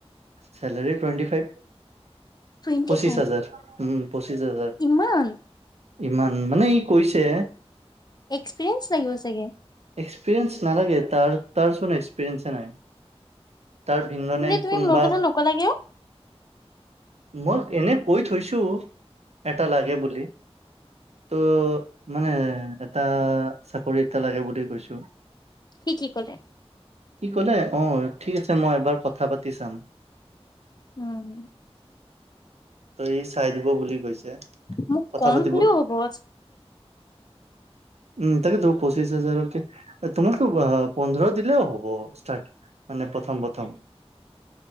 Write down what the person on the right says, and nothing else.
চালাৰী টুৱেণ্টি ফাইভ
পঁচিছ
হাজাৰ উ পঁচিছ হাজাৰ
ইমান মানে ই কৈছে
এক্সপিৰিেস নালাগে ত তাৰচোন এক্সপিৰিেন্ে নাই তাৰ ভিনদনে
কোনোবা
মই এনে কৈ থৈছো এটা লাগে বুলি তো মানে এটা চা চাকৰি এটা লাগে বুলি কৈছো
কি কলে অ ঠিক আছে মই এবাৰ কথা পাতি চাম
সি চাই দিব বুলি কৈছে।
কথা
পাতিব
উম, তাকে ত পঁচিশ হাজাৰক তোমালোক পোন্ধৰ দিলেও হ'ব ষ্টাৰ্ট মানে প্ৰথম প্ৰথম।